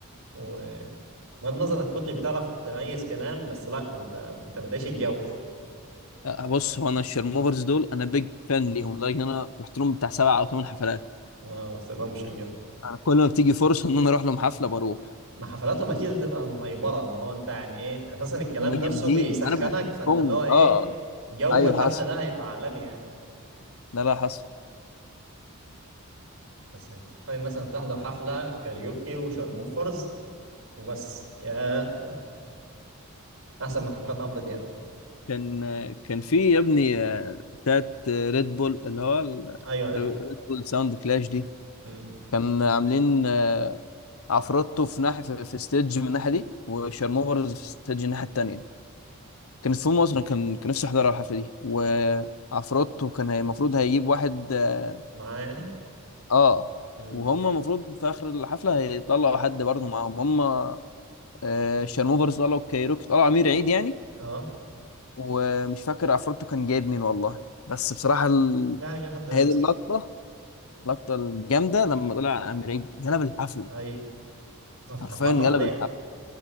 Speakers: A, on the right; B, on the left.
A: وبغض النظر انك كنتش بتعرف تميز كلام بس لا انت انت بتعيش الجو
B: آه، بص هو انا الشرموفرز دول انا بيج فان ليهم لدرجه إن انا رحت لهم بتاع سبع او ثمان حفلات
A: انا ما رحت لهمش بجد
B: انا كل ما بتيجي فرصه ان انا اروح لهم حفله بروح
A: ما حفلاتهم اكيد هتبقى مهيبره اللي هو انت يعني ايه اساسا الكلام
B: هم جامدين
A: نفسه بيسخنك
B: انا بحبهم
A: فانت اللي هو ايه
B: اه
A: جو
B: ايوه
A: الحفله
B: حصل
A: ده هيبقى عالمي يعني
B: لا لا حصل
A: بس يعني تتخيل مثلا تحضر حفلة كاريوكي وشارموفرز وبس ياه أحسن من حفلات عمرو دياب
B: كان كان في يا ابني آه، بتاعت ريد بول اللي هو ال-
A: أيوه عارف
B: ريد بول ساوند كلاش دي
A: امم
B: كان عاملين آه، عفروتو في ناحية في في ستيدج من الناحية دي وشارموفرز في ستيدج الناحية التانية كانت في مصر كان كان نفسي احضر الحفلة دي وعفروتو كان هي- المفروض هيجيب واحد اه
A: معاه يعني
B: آه،
A: امم
B: وهم المفروض في اخر الحفلة هيطلعوا حد برضه معاهم هم آه، شارموفرز طلعوا كايروكي طلعوا امير عيد يعني
A: أه
B: ومش فاكر عفروتو كان جايب مين والله بس بصراحة ال...
A: يعني هيجيب حد لابسين
B: هذه اللقطة اللقطة الجامدة لما طلع أمير عيد جلب الحفلة
A: أيوه هو في
B: حرفيا
A: حفلاته
B: جلب
A: العادية
B: الحفلة